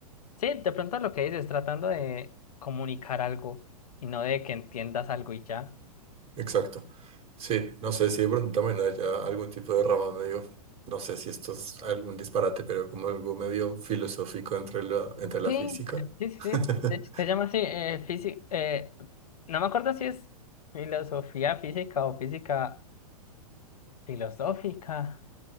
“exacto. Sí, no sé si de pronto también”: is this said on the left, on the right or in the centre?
Right